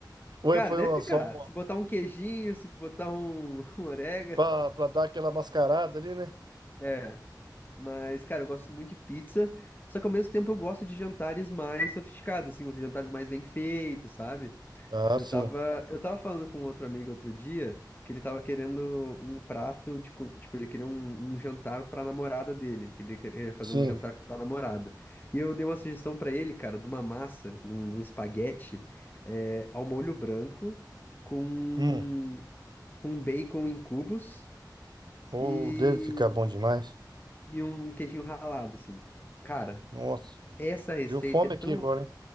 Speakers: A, on the right; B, on the left.
A: Ou
B: Cara,
A: foi
B: deve
A: uma,
B: ficar.
A: só uma,
B: Se botar um queijinho, se botar um, <laughs> um orégano,
A: pra, pra dar aquela mascarada ali, né?
B: é. Mas, cara, eu gosto muito de pizza, só que ao mesmo tempo eu gosto de jantares mais sofisticados, assim, uns jantares mais bem feitos, sabe?
A: Ah,
B: Eu
A: sim,
B: tava, eu tava falando com outro amigo outro dia que ele tava querendo um prato de, co- tipo, ele queria um, um jantar pra namorada dele, que ele queria fazer
A: sim.
B: um jantar pra namorada. E eu dei uma sugestão pra ele, cara, de uma massa, de um, de um espaguete, é, ao molho branco, com,
A: Hum.
B: com bacon em cubos
A: Ou
B: e,
A: deve ficar bom demais.
B: e um queijinho ralado, assim. Cara,
A: Nossa,
B: essa receita
A: deu fome
B: é tão
A: aqui agora,